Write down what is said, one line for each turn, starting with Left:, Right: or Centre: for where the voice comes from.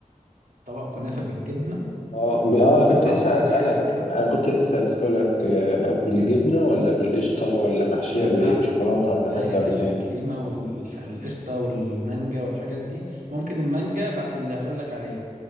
Right: طبق كنافة بالجبنة
Left: اه ب- اه
Right: ويقطعه
Left: كنت لسه
Right: لك
Left: هسألك
Right: حتت كده
Left: انا كنت لسه هسألك آه، بالجبنة ولا بالقشطة ولا محشية
Right: لا
Left: بايه بشوكولاتة
Right: م-
Left: ولا
Right: لا
Left: مانجا
Right: يا باشا
Left: ولا ايه
Right: الكريمة والقشطة والمانجا والحاجات دي ممكن المانجا بعد اللي هقول لك عليه